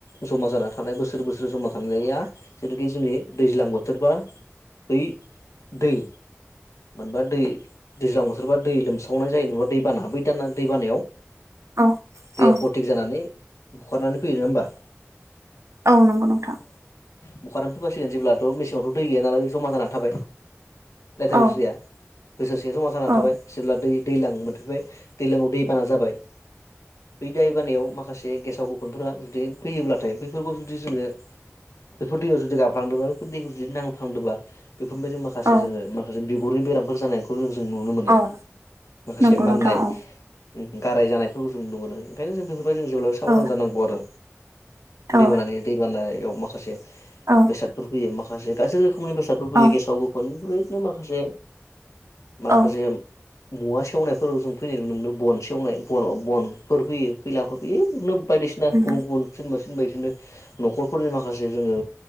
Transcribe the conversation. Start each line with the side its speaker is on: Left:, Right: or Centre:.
Left: जमा जानानै थानाय बोसोर बोसोर जमा थानाया जेरुखि जोंनि दैज्लां बोथोरबा। बै दै बा दै दैज्लां बोथोराव दै लोमसावनाय जायोेनबा दैबाना बै दाना दैबानायाव।
Right: औ
Left: दैया
Right: औ
Left: फतिक जानानै बुखारनानै फैयो नङा होमबा?
Right: औ नंगौ नोंथां।
Left: बुखारानानै फैबासिगोन जेब्लाथ' मेसेङावथ' दै गैया नालाय बे जमा जानानै थाबाय। लेथ्रा
Right: औ
Left: लेथ्रिया बोसोरसेयास' जानानै
Right: औ
Left: थाबाय जेब्ला दै दैज्लां मोनफैबाय दैलाङाव दैबाना जाबाय बै दै बानायाव माखासे गेसाव गुफुनफोरा जुदि फैयोब्ला। नाथाय बेैफोरखौ जुदि जोङो बेफोर दैयाव जुदि गाबफ्लांदोंबा बेफोर दैखौ जुदि नांफ्लांदोंबा। बेफोरबायदि माखासे
Right: औ
Left: जोङो माखासे बिगुरनि बेरामफोर जानायखौ जों जों नुनो मोनो
Right: औ
Left: माखासे
Right: नंगौ
Left: माननाय
Right: नोंथां औ
Left: गाराय जानायफोरखौ जों नु मोनो ओंखायनो जों बेफोरबायदि जों जेब्लाबो साबधान
Right: औ
Left: जानांगौ आरो
Right: औ
Left: दैबानि दैबानायाव माखासे
Right: औ
Left: बेसादफोर फैयो माखासे गाज्रि समनि बेसादफोर फैयो
Right: औ
Left: गेसाव गोफोनि बेबायदिनो माखासे माखासे
Right: औ
Left: मुवा सेवनायफोराव जों फैनाय नुो बन सेवनाय बनफोर फैयो खैलाफोर फैयोनो। बायदिसिना
Right: उम
Left: गुबुन गुबुन सोरनिबा सोरबा बिसनो न'खरफोरनि माखासे जोङो